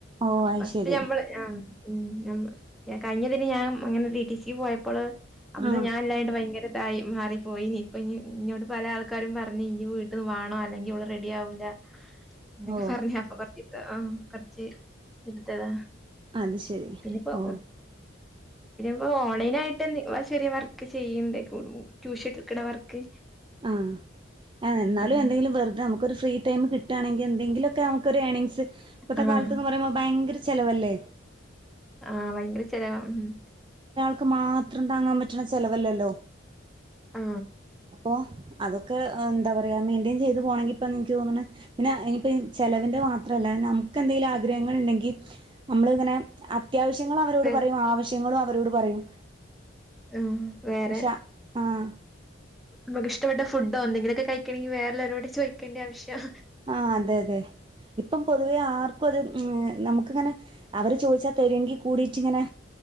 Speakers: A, on the right; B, in the centre.
A: ഓ അത്
B: ഫസ്റ്റ്
A: ശരി
B: ഞമ്മള് ആ ഉം ഞമ്മ കഴിഞ്ഞതിന് ഞാൻ അങ്ങനെ ടി ടി സി പോയപ്പോള് അന്ന്
A: ആഹ്
B: ഞാൻ ഇല്ലായിട്ട് ഭയങ്കര ആയി മാറിപ്പോയി ഇനി ഇപ്പ ഇ ഇന്നോട് പല ആൾക്കാരും പറഞ് ഇജ്ജ് വീട്ടിൽ വാണം അല്ലെങ്കിൽ ഓൾ റെഡി ആവൂല വൂല അങ്ങനെയൊക്കെ
A: ഓ
B: പറഞ്ഞ അപ്പ കൊറച്ചീസം പറ ആഹ കുറച്ച് ഇതിടുത്തതാ
A: അത് ശരി
B: പിന്നെപ്പോ
A: ഓഹ്
B: മ് ഓൺലൈൻ ആയിട്ട്ന്ന ചെറിയ വർക്ക് ചെയ്യ്ണ്ട് കൂ ട്യൂഷൻ എടുക്കണ വർക്ക്
A: ആ എന്നാലും
B: ഉം
A: എന്തെങ്കിലും വെറുതെ നമുക്കൊരു ഫ്രീ ടൈം കിട്ടാണെങ്കിൽ എന്തങ്കിലുമൊക്കെ നമുക്ക് ഒരു ഏണിങ്സ്‌ ഇപ്പത്തെ
B: ആഹ്
A: കാലത്ത്ന്ന് പറയുമ്പോ ഭയങ്കര ചെലവല്ലേ
B: ആഹ് ഭയങ്കര ചെലവാ ഹ്മ്
A: ക്ക് മാത്രം താങ്ങാൻ പറ്റണ ചെലവല്ലല്ലോ
B: ആ
A: അപ്പോൾ അതൊക്കെ എന്താ പറയുക മെയിൻറ്റയിൻ ചെയ്ത് പോകണമെിൽ ഇപ്പം എനിക്ക് തോന്നണുന്നത് പിന്നെ ഇനിപ്പൊ ചിലവിൻ്റെ മാത്രമല്ല നമുക്ക് എന്തെങ്കിലും ആഗ്രഹങ്ങൾ ഉണ്ടെങ്കി നമ്മളിങ്ങനെ അത്യാവശ്യങ്ങൾ അവരോട്
B: വേ
A: പറയും ആവശ്യ ങ്ങളും അവരോട് പറയും
B: ആ വേറെ
A: പക്ഷെ ആഹ്
B: നമുക്ക് ഇഷ്ടപ്പെട്ട ഫുഡോ എന്തെങ്കിലൊക്കെ കഴിക്കണെങ്കിൽ വേറെഉള്ളവരോട് ചോദിക്കേണ്ട ആവിശ്യം
A: ആ അതെ അതെ ഇപ്പം പൊതുവെ ആർക്കും അത് നമുക്കിങ്ങനെ അവർ ചോദിച്ചാൽ തരുങ്കിൽ കൂടിയിട്ടിങ്ങനെ